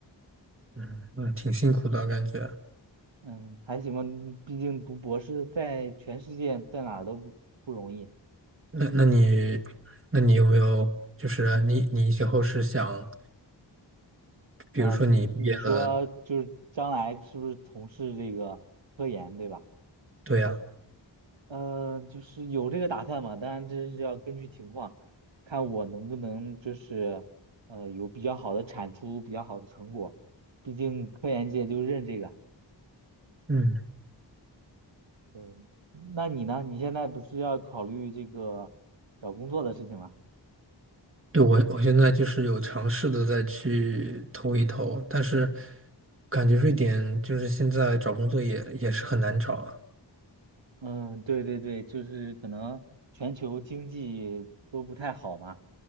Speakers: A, on the right (about 30°); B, on the right (about 80°).
A: 嗯嗯挺辛苦的感觉。
B: 嗯，还行吧，你毕竟读博士在全世界在哪儿都不不容易。
A: 那那你，那你有没有就是你你以后是想，比如说你毕业了，
B: 呃，你你说就是将来是不是从事这个科研，对吧？
A: 对呀，
B: 嗯，就是有这个打算嘛，当然这是要根据情况，看我能不能就是呃有比较好的产出，比较好的成果。毕竟科研界就认这个。
A: 嗯，
B: 对，那你呢？你现在不是要考虑这个找工作的事情了？
A: 对我我现在就是有尝试的再去投一投，但是感觉瑞典就是现在找工作也也是很难找啊。
B: 嗯，对对对，就是可能全球经济都不太好嘛，